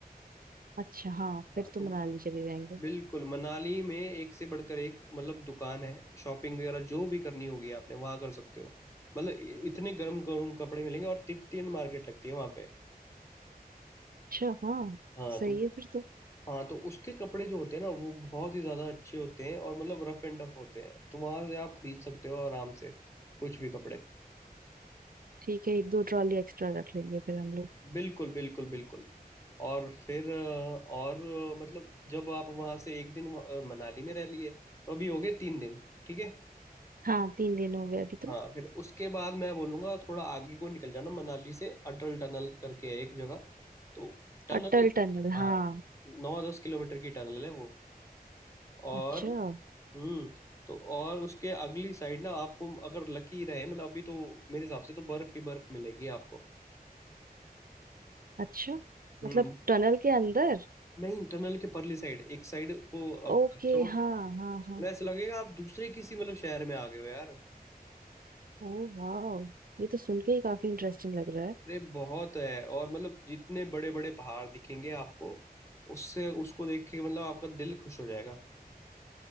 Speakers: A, on the right; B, on the left.
A: अच्छा हाँ फिर
B: हाँ
A: तो
B: तो
A: मनाली चले जाएंगे
B: बिल्कुल मनाली में एक से बढ़कर एक मतलब दुकान है शॉपिंग वगैरह जो भी करनी होगी आपने वहां कर सकते हो मतलब इ- इतने गर्म गर्म कपड़े मिलेंगे और तिब्बतियन मार्केट लगती है वहां पे
A: अच्छा हाँ
B: हाँ
A: सही
B: तो
A: है फिर तो
B: हाँ तो उसके कपड़े जो होते हैं ना वो बहुत ही ज्यादा अच्छे होते हैं और मतलब रफ एंड टफ होते हैं तो वहां से आप खरीद सकते हो आराम से कुछ भी कपड़े
A: ठीक है एक दो ट्रॉली एक्स्ट्रा रख लेंगे फिर हम लोग
B: बिल्कुल बिल्कुल बिल्कुल और फिर अ, और अ, मतलब जब आप वहां से एक दिन अ, मनाली में रह लिए तो अभी हो गए तीन दिन ठीक है
A: हाँ तीन दिन हो गए अभी तो
B: हाँ फिर उसके बाद मैं बोलूँगा थोड़ा आगे को निकल जाना मनाली से अटल टनल करके है एक जगह तो टनल
A: अटल टनल
B: हाँ
A: हाँ
B: नौ दस किलोमीटर की टनल है वो और
A: अच्छा
B: हम्म तो और उसके अगली साइड ना आपको अगर लकी रहे मतलब अभी तो मेरे हिसाब से तो बर्फ ही बर्फ मिलेगी आपको
A: अच्छा
B: हम्म
A: मतलब टनल के अंदर
B: नहीं टनल के परली साइड एक साइड को आप
A: ओके
B: अच्छा मौसम
A: हाँ हाँ हाँ
B: मतलब ऐसा लगेगा आप दूसरे किसी मतलब शहर में आ गए हो यार
A: ओ वाह ये तो सुन के ही काफी इंटरेस्टिंग लग रहा है
B: अरे बहुत है और मतलब जितने बड़े बड़े पहाड़ दिखेंगे आपको उससे उसको देख के मतलब आपका दिल खुश हो जाएगा